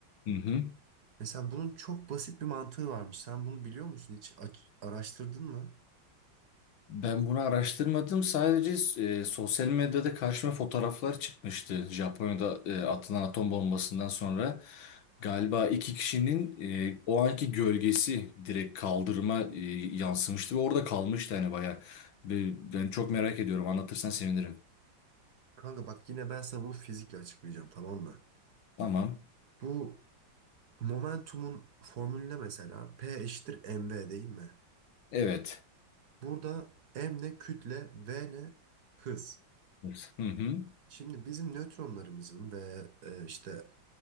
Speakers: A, on the left; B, on the right.
A: Hı hı.
B: Mesela bunun çok basit bir mantığı varmış. Sen bunu biliyor musun? Hiç aç- araştırdın mı?
A: Ben bunu araştırmadım. Sadece e, sosyal medyada karşıma fotoğraflar çıkmıştı. Japonya'da e, atılan atom bombasından sonra galiba iki kişinin e, o anki gölgesi direkt kaldırıma e, yansımıştı ve orada kalmıştı hani bayağı. Bir- Ben çok merak ediyorum. Anlatırsan sevinirim.
B: Kanka bak yine ben sana bunu fizikle açıklayacağım tamam mı?
A: Tamam.
B: Bu momentumun formülüne mesela P eşittir mv değil mi?
A: Evet.
B: Burada m ne kütle, v ne hız.
A: Evet. Hı hı.
B: Şimdi bizim nötronlarımızın ve e, işte